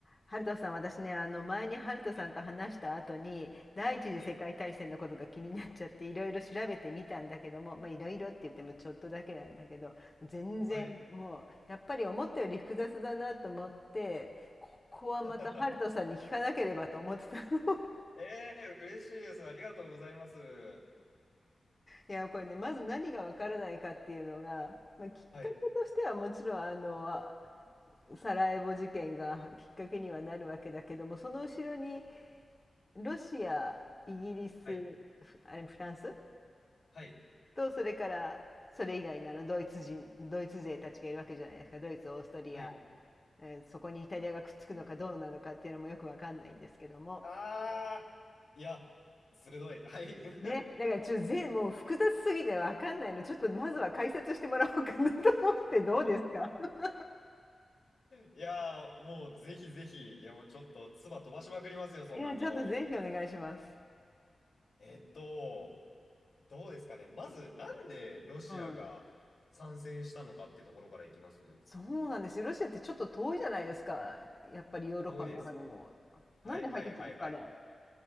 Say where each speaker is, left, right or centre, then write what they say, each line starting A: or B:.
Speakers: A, on the left (about 20°); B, on the left (about 55°).
A: ハルトさん、私ね、あの前にハルトさんと話した後に、
B: はい。
A: 第一次世界大戦のことが気になっちゃって、
B: はい。
A: いろいろ調べてみたんだけども、まあいろいろって言ってもちょっとだけなんだけど、全然もう、
B: はい。
A: やっぱり思ったより複雑だなと思って、ここはまたハルトさんに聞かなければと思ってたの。
B: <laughs>
A: <laughs>
B: ええー嬉しいです。ありがとうございます。
A: いや、これね、まず何がわからないかっていうのが、まあ、きっかけとしてはもちろん、
B: はい。
A: あの、サラエボ事件がきっかけにはなるわけだけどもその後ろにロシア、イギリス、
B: はい。
A: フあれフランス
B: はい。
A: と、それからそれ以外のあのドイツ人、ドイツ勢たちがいるわけじゃないですか。ドイツ、オーストリア、
B: はい。
A: えーそこにイタリアがくっつくのかどうなのかっていうのもよくわかんないんですけども。
B: ああ、いや、鋭い。はい。<laughs>
A: ね、だからちょっと全もう複雑すぎてわかんないの、ちょっとまずは解説してもらおうかなと思ってどうですか <laughs>
B: いやー、もうぜひぜひ、いや、もうちょっと、唾飛ばしまくりますよ、そんなの。
A: いや、ちょっとぜひお願いします。
B: えっと、どうですかね。まず、なんでロシアが参戦したのかってところからいきます
A: うん。そうなんですよ。ロシアってちょっと遠いじゃないですか。やっぱりヨーロッパの中でも。
B: 遠いです。はい、
A: なんで入ってきたんですか、
B: はい、はい、はい。
A: あれ。